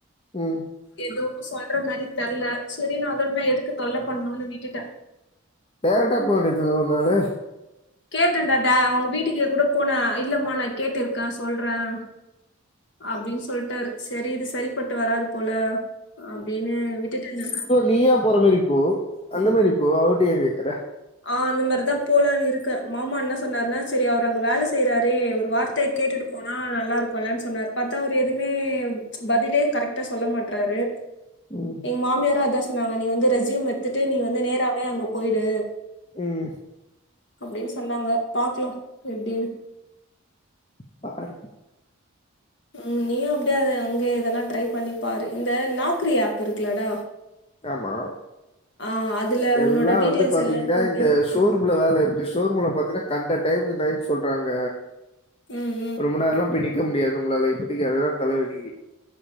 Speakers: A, on the left; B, on the left.
A: உம்
B: ஏதுவும் சொல்ற மாரி தெர்ல சரி நா அதோட நா எதுக்கு தொல்ல பண்ணணும்ன்னு விட்டுட
A: டேரக்ட்டா போ வேண்டியது தான
B: கேட்டேன்டாடா அவுங்க வீட்டுக்கு கூட போன இல்லமா நா கேட்டிருக்கேன் சொல்றேன் அப்டின்னு சொல்லிட்டாரு சரி இது சரிப்பட்டு வராது போல அப்டின்னு விட்டுட்டேன்
A: நீயாபோற மாரி போ அந்த மாரி போ அவர்ட்ட ஏன் கேக்குற
B: ஆ அந்த மாரிதா போலான் இருக்கேன் மாமா என்ன சொன்னாருன்னா சரி அவரு அங்க வேல செய்யறாரு ஒரு வார்த்தை கேட்டுட்டு போனா நல்லா இருக்கும்ல்ல சொன்னாரு பாத்தா அவரு எதுவுமே பதிலே கரெக்ட்டா சொல்ல மாட்றாரு
A: ம்
B: எங்க மாமியாரும் அதான் சொன்னாங்க நீ வந்து ரெஸ்யூம் எடுத்துட்டு நீ வந்து நேராவே அங்க போயிடு
A: உம்
B: அப்டின்னு சொன்னாங்க பாக்கலாம் எப்டின்னு
A: பாரு
B: ம் நீயும் அப்படியே அத அங்கே எதனா ட்ரை பண்ணி பாரு இந்த நாக்ரி ஆப் இருக்குலடா
A: ஆமா
B: ஆ அதுல உன்னோட
A: எல்லாம்
B: டீட்டெயில்ஸ்
A: வந்து பாத்தீங்கன்னா
B: எல்லாம் போட்டு
A: இந்த ஷோரூம்ல வேல இருக்கு ஷோரூம்ல பாத்தீன்னா கண்ட டைம்ன்னு டைம் சொல்றாங்க
B: உம்
A: ரொம்ப நேரம் எல்லாம் போய் நிக்க முடியாது நம்மளால இப்பத்திக்கு அததா தலை விதி